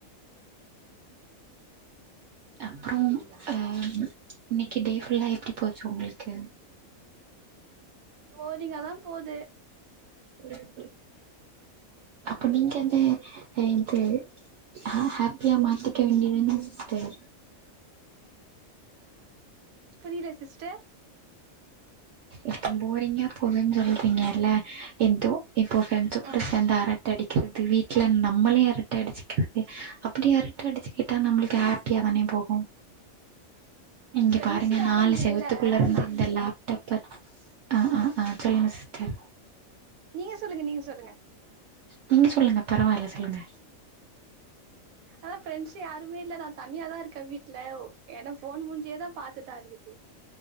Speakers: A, on the right; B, on the right.
A: அப்புறம்
B: அப்டிங்களா
A: அ இன்னைக்கு டே ஃபுல்லா எப்டி போச்சு உங்களுக்கு
B: போரிங்காதா போது
A: ம் ம் அப்ப நீங்க வந்து எந்து அ ஹேப்பியா மாத்திக்க வேண்டியதுதா சிஸ்டர்
B: புரியில சிஸ்டர்
A: எப்ப போரிங்கா போதுன்னு சொல்றீங்கல்ல எந்தோ இப்போ ஃப்ரெண்ட்ஸ் கூட
B: ம்
A: சேந்தா அரட்ட அடி க்கிறது வீட்ல நம்மலே அரட்ட அடிச்சிக்கிறது அப்டி அரட்ட அடிச்சுக்கிட்டா நம்மளுக்கு ஹேப்பியா தானே போகும் இங்கெ
B: ஃப்ரெண்ட்ஸ்
A: பாருங்க
B: யாரு
A: நாலு
B: இங்க
A: செவத்துக்குள்ள
B: இல்ல
A: இருந்து
B: நா
A: இந்த லேப்டாப் அ அ அ சொல்லுங்க சிஸ்டர்
B: நீங்க சொல்லுங்க நீங்க சொல்லுங்க
A: நீங்க சொல்லுங்க பரவால்ல சொல்லுங்க
B: அதா ஃப்ரெண்ட்ஸ் யாருமே இல்ல நா தனியாதா இருக்க வீட்ல ஒ ஏன்னா ஃபோன் மூஞ்சியேதா பாத்துட்டா ருக்குது